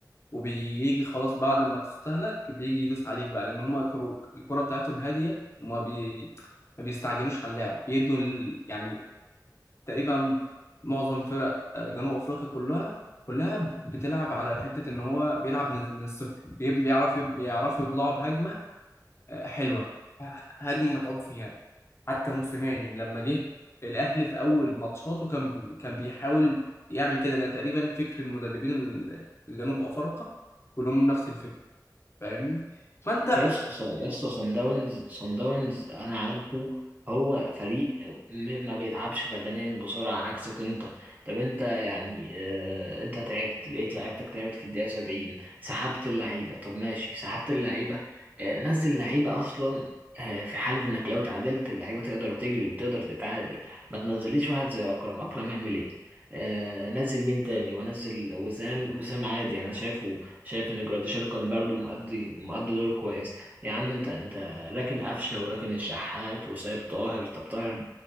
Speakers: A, on the left; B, on the right.
A: وبيجي خلاص بعد ما تستهلك بيجي يدوس عليك بقى لان هما كرو... الكرة بتاعتهم هادية وما بي... ما بيستعجلوش على اللاعب بيبنوا ال... يعني تقريبا معظم فرق آه، جنوب افريقيا كلها كلها بتلعب على حته ان هو بيلعب من من الصفر بيب- بيعرف بيعرفوا يطلعوا بهجمه آه، حلوه هجمه متعوب فيها حتى موسيماني لما جه الاهلي في اول ماتشاته كان بي- كان بيحاول يعمل كده انا تقريبا فكر المدربين ال- الجنوب افارقه كلهم نفس الفكره فاهمني فانت
B: يا اسطى يا اسطى صن داونز صن داونز انا عارفه هو فريق م- ما بيتعبش بدنيا بسرعه عكسك انت طب انت يعني اه انت تعبت لقيت لعيبتك تعبت في الدقيقه 70 سحبت اللعيبه طب ماشي سحبت اللعيبه اه نزل لعيبه اصلا اه في حاله انك لو تعادلت اللعيبه تقدر تجري وتقدر تتعادل ما تنزليش واحد زي اكرم اكرم يعمل ايه اه نزل مين تاني ونزل وسام وسام عادي انا شايفه شايف ان جراديشار كان برضو مؤدي مؤدي دور كويس يا عم انت انت راكن قفشه وراكن الشحات وسايب طاهر طب طاهر